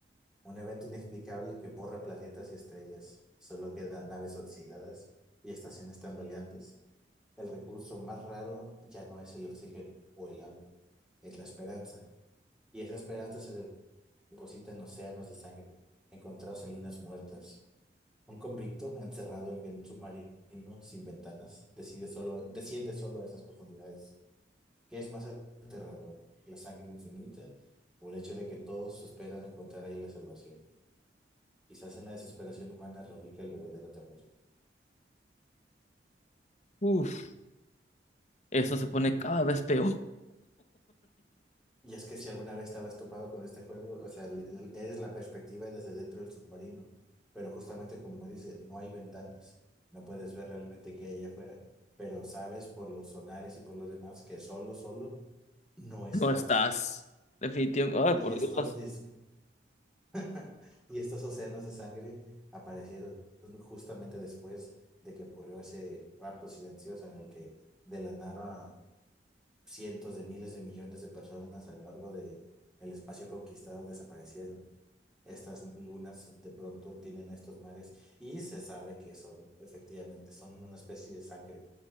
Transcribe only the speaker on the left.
Uf, eso se pone cada vez peor.
No estás. Definitivamente. Ay,
por
Dios.